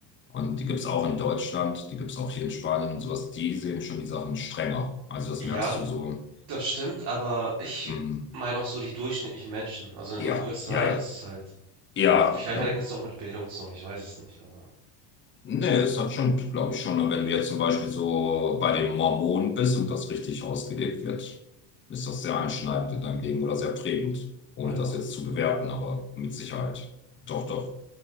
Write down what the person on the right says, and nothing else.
Ja,
das stimmt, aber ich
meine auch so die durchschnittlichen Menschen. Also, in
den USA
ist es halt
vielleicht
hängt es auch mit Bildung zusammen, ich weiß es nicht, aber
Ja,